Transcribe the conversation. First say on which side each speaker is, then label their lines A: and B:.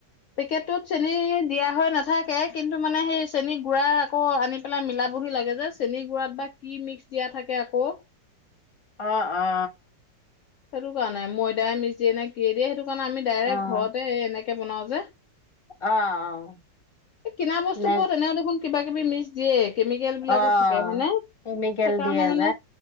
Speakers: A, on the left; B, on the left.
A: পেকেটটোত চেনি দিয়া হয় না নাথাকে কিন্তু মানে সেই চেনী গুড়া আকৌ আনি পেলাই মিলাবহি লাগে যে, চেনী গুৰাত বা কি মিক্স দিয়া থাকে আকৌ।
B: অ অ।
A: সেইটো কাৰণে ময়দাই মিছ দিয় নে কিয়ে দিয়ে সেইটো। কণ আমি ডাইৰেক্ট
B: অ',
A: ঘৰতে এনেকে কে বনাও যে।
B: অ',
A: এই কিনা বস্তুবোৰ
B: অ'।
A: তেনেহ দেখোন। কিবাকিবি মিক্স। দিয়ে কেমিকেল বিলাকো
B: অ
A: থাকে হয়নে।
B: কেমিকেল
A: সেইকাৰণে
B: দিয়ে
A: মানে
B: যে